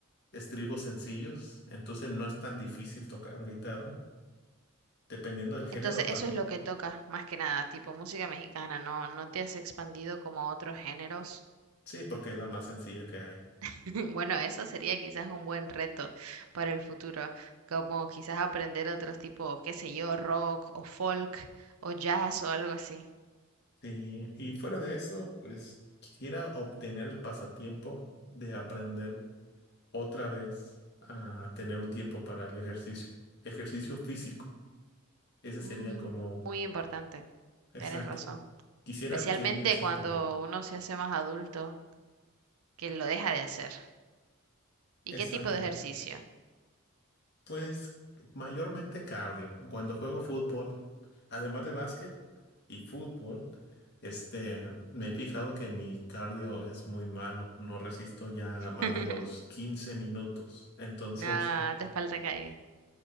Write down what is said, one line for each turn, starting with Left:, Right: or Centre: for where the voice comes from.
Left: estribos sencillos, entonces no es tan difícil tocar guitarra, dependiendo del género
Right: Entonces,
Left: también.
Right: eso es lo que tocas más que nada, tipo música mexicana, ¿no? No te has expandido como a otros géneros.
Left: Sí, porque es la más sencilla que hay.
Right: <laughs> Bueno, eso sería quizás un buen reto para el futuro, como quizás aprender otros tipos, qué sé yo, rock o folk o jazz o algo así.
Left: Sí, y fuera de eso, pues quisiera obtener el pasatiempo de aprender otra vez a tener un tiempo para el ejercicio, ejercicio físico. Ese sería
Right: Mm,
Left: como,
Right: muy importante,
Left: exacto,
Right: tienes razón.
Left: quisiera
Right: Especialmente
Left: adquirir ese
Right: cuando
Left: hobby.
Right: uno se hace más adulto, que lo deja de hacer. ¿Y
Left: Exacto.
Right: qué tipo de ejercicio?
Left: Pues mayormente cardio. Cuando juego fútbol, además de básquet y fútbol, este, me he fijado que mi cardio es muy malo. No resisto ya
Right: <laughs>
Left: más de los 15 minutos. Entonces,
Right: Nada, te falta calle.